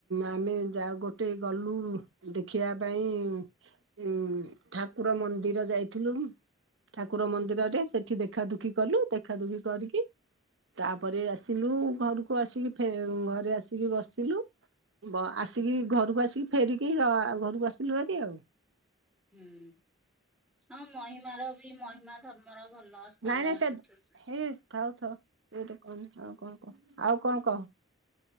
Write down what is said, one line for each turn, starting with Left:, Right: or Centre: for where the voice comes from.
Right: ଆମେ ଯାଉ ଗୋଟେ ଗଲୁ ଦେଖିଆ ପାଇଁ ହୁଁ ଠାକୁର ମନ୍ଦିର ଯାଇଥିଲୁ। ଠାକୁର ମନ୍ଦିରରେ ସେଠି ଦେଖା ଦୁଖି କଲୁ ଦେଖା ଦୁଖି କରିକି ତାପରେ ଆସିଲୁ ଘରୁକୁ ଆସିକି ଫେ ଘରେ ଆସି କି ବସିଲୁ ବ ଆସିକି ଘରୁକୁ ଆସିକି ଫେରିକି ଆ ଘରକୁ ଆସିଲୁ ଭାରି ଆଉ।
Centre: ହୁଁ ହଁ ମହିମାର ବି ମହିମା ଧର୍ମର ଭଲ। ସ୍ଥାନ
Right: ନାଇଁ ନାଇଁ ସେ
Centre: ସେଠି ଅଛି।
Right: ହେଇ ଥାଉ ଥାଉ ସେଇଟୁ କନ ଆଉ କଣ କହ ଆଉ କଣ କହ?